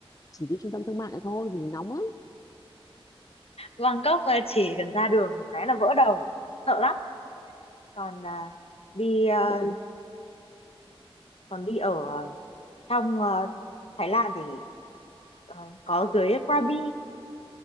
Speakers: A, on the left (about 35°); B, on the left (about 80°).
A: chỉ đi trung tâm thương mại thôi vì nóng lắm
B: Bangkok ờ, chỉ cần ra đường một cái là vỡ đầu sợ lắm còn à, đi à,
A: ừ
B: còn đi ở à, trong à, Thái Lan thì ờ, có dưới Krabi